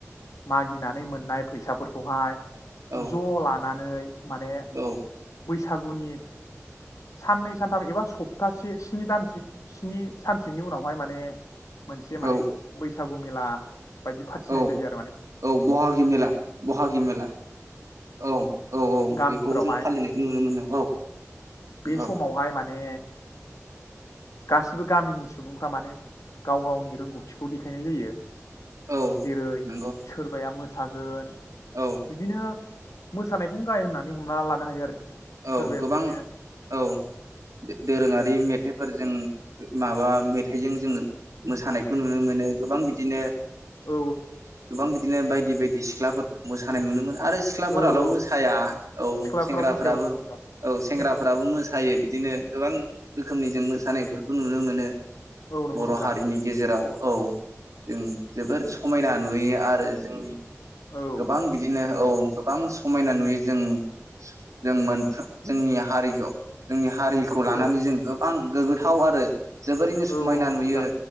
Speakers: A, on the left; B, on the right.
A: मागिनानै मोननाय फैसाफोरखौहाय
B: औ
A: ज ला नानै माने
B: औ
A: बैसागुनि साननै सानथाम एबा सप्तासे स्नि दानसे स्नि सानसोनि उनावहाय माने मोनसे माने
B: औ
A: बै सागु मेला बायदि फाथिनाय
B: औ
A: जायो आ
B: औ बहागि मेला बहागि मेला औ औ औ
A: गामिफोरावहाय
B: बेखौबो जों फालिनायखौ नुनो मोनो औ
A: बे
B: औ।
A: समावहाय माने गासिबो गामिनि सुबुंफ्रा माने गाव गावनि रोंगौथिखौ देखायनाय जायो।
B: औ
A: जेरै
B: नंगौ
A: सोरबाया मो सागोन
B: औ
A: बिदिनो मोसानायखौनो गाहाय होननानै हमना लानो हायो आरो जोङो।
B: औ
A: सोरबाया
B: गोबां
A: बिदिनो
B: औ दोरोङा रि मेथाइफोर जों माबा मेथाइजों जों मोसानायखौ नुनो मोनो गोबां बिदिनो
A: औ
B: गोबां बि बिदिनो बायदि बायदि सिख्लाफोरखौ मोसानाय नुनो मोनो। आरो सिख्लाफोराल'
A: औ औ
B: मोसाया औ
A: सिख्लाफ्राबो
B: सेंग्रा
A: मोसायो
B: फ्राबो
A: औ नंगौ नोंथां
B: औ सेंग्राफ्राबो
A: सें
B: मोसायो बिदिनो गोबां रोखोमनि जों मोसानायफोरखौ नुनो मोनो।
A: औ नंगौ
B: बर'
A: नोंथां
B: हारिनि गेजेराव औ जों जोबोर समायना नुयो आरो जोंनि
A: औ
B: गोबां बिदिनो औ गोबां समायना नुयो जों जों मोनखो जोंनि हारिखौ जोंनि हारिखौ लानानै
A: औ
B: जों गोबां गोग्गोथाव आरो जोबोरैनो
A: औ
B: समायना
A: नंगौ
B: नुयो
A: नोंथां